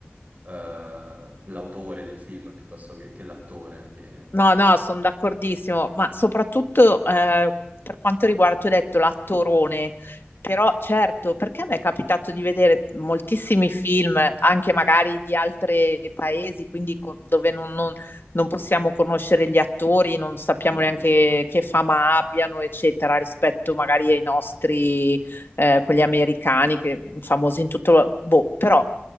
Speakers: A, on the right; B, on the left.
A: eh, l'autore del film piuttosto che, che l'attore. Che...
B: No, no, sono d'accordissimo, ma soprattutto eh, per quanto riguarda, tu hai detto l'attorone, però certo, perché a me è capitato di vedere moltissimi film, anche magari di altri paesi, quindi co- dove non, non- non possiamo conoscere gli attori, non sappiamo
A: Mhm,
B: neanche che fama abbiano, eccetera, rispetto magari ai nostri, eh, quelli americani, che famosi in tutto... lo- Boh, però